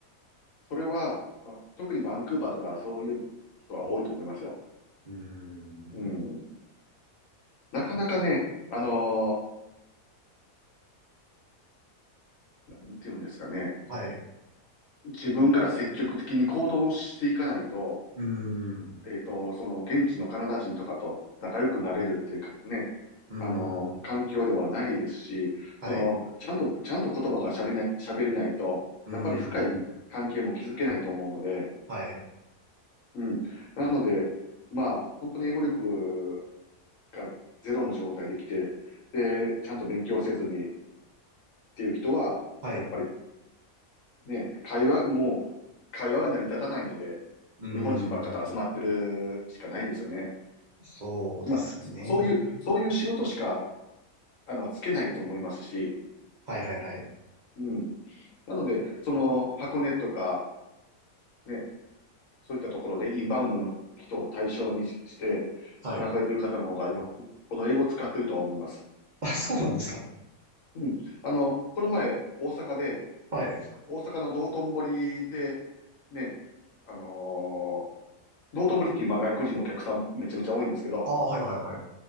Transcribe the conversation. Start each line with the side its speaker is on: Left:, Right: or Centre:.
Left: それは、まあ、特にバンクーバーとかそういう人は多いと思いますよ。
Right: うーん、
Left: うん。なかなかね、あのー、なんていうんですかね、
Right: はい、
Left: 自分から積極的に行動していかないと、
Right: うーん、
Left: えっと、その現地のカナダ人とかと仲良くなれるっていうかね、
Right: うーん、
Left: あのー、環境ではないですし、
Right: はい、
Left: その、ちゃんと、ちゃんと言葉がしゃれない、喋れないと、
Right: うー
Left: やっぱり深い関係も築けないと思うので、
Right: ん。はい。
Left: うん。なので、まあ、本当に英語力がゼロの状態で来て、で、ちゃんと勉強せずにっていう人は、
Right: はい。
Left: やっぱりね、会話、もう会話が成り立たないので、
Right: うー
Left: 日本人ばっかと集まってるしかないですよね。
Right: ん。そうですね。
Left: まあ、そういう、そういう仕事しか、あの、つけないと思いますし、
Right: はいはいはい。
Left: うん。なので、その、箱根とか、ね、そういったところでインバウンドの人を対象にしして、
Right: はい。
Left: 働かれてる方の方がよ、ほど英語を使ってるとは思います。
Right: あ、そうなんですか。
Left: うん。あの、この前、大阪で、
Right: はい。
Left: 大阪の道頓堀で、ね、あのー道頓堀って今外国人のお客さんめちゃめちゃ多いんですけど、
Right: ああ、はいはいはい。